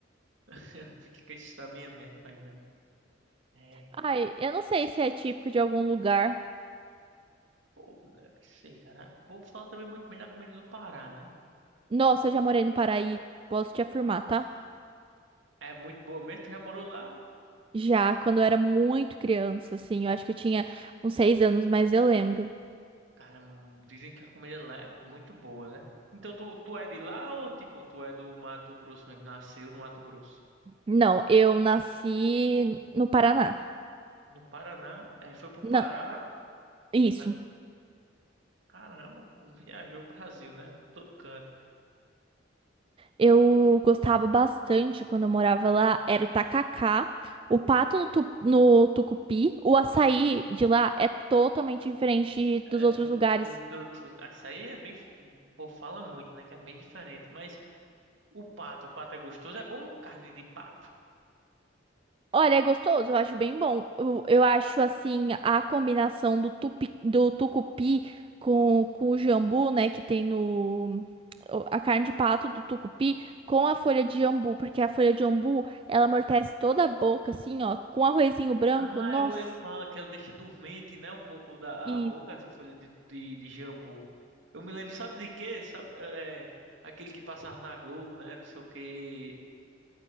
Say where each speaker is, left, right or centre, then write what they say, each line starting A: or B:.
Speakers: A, on the right (about 75°); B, on the right (about 30°).
A: <laughs> Fica com isso na minha mente, mas não. É,
B: Ai, eu não sei se é típico de algum lugar.
A: pô, deve ser, cara. Vou falar também muito bem da comida do Pará, né?
B: Nossa, eu já morei no Paraí, posso te afirmar, tá?
A: É muito boa mesmo, tu já morou lá?
B: Já, quando eu era muito criança, assim, eu acho que eu tinha uns seis anos, mas eu lembro.
A: Cara, hum, dizem que a comida lá é muito boa, né? Então tu, tu é de lá ou tipo, tu é do Mato Grosso mesmo? Nasceu no Mato Grosso?
B: Não, eu nasci no Paraná.
A: No Paraná, aí foi pro
B: Não,
A: Pará.
B: isso.
A: Pará- Caramba, viajou o Brasil, né? Todo canto.
B: Eu gostava bastante quando eu morava lá, era o tacacá, o pato no, tu- no tucupi, o açaí de lá é totalmente diferente
A: É
B: dos outros
A: do,
B: lugares.
A: do, do- ah, isso aí é bem. O povo fala muito, né? Que é bem diferente. Mas o pato, o pato é gostoso. É bom carne de pato?
B: Olha, é gostoso, eu acho bem bom. Eu, eu acho assim a combinação do, tupi, do tucupi com, com o jambu, né, que tem no o- a carne de pato do tucupi com a folha de jambu, porque a folha de jambu, ela amortece toda a boca assim, ó, com arrozinho branco.
A: Ah,
B: Nossa,
A: eu- ele fala que ela deixa dormente, né? Um pouco da
B: e
A: a boca, essa folha de, de, de jambu. Eu me lembro, sabe de quê? Sabe, é, aquele que passava na Globo, né? Não sei o quê.